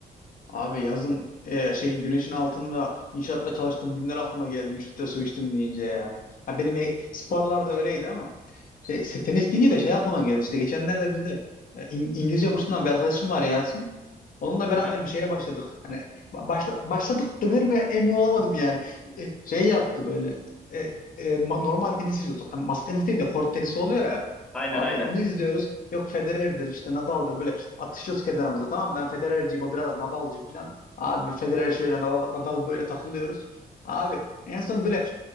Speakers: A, on the left; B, in the centre.
A: Abi yazın e, şey güneşin altında inşaatta çalıştığım günler aklıma geldi. üç litre su içtim deyince ya. Ha benim e, sporlar da öyleydi ama şey, se- tenis deyince de şey aklıma geldi. İşte geçenlerde bizde e, İng- İngilizce kursundan bir arkadaşım var Yasin. Onunla beraber
B: Aha.
A: bir şeye başladık. Hani ba- başla, başladık denir mi emin olamadım yani. E, şey yaptı böyle. e, e, ma- normal tenis izliyorduk. Yani masa tenisi değil de kort tenisi oluyor ya.
B: Aynen
A: Abi
B: aynen.
A: onu izliyoruz. Yok Federer'dir işte Nadal'dır böyle Atışıyoruz kenarımıza tamam mı? Ben Federer'ciyim o biraz Nadal'cı falan. Abi Federer şöyle Nadal, Nadal böyle takılıyoruz. Abi en son böyle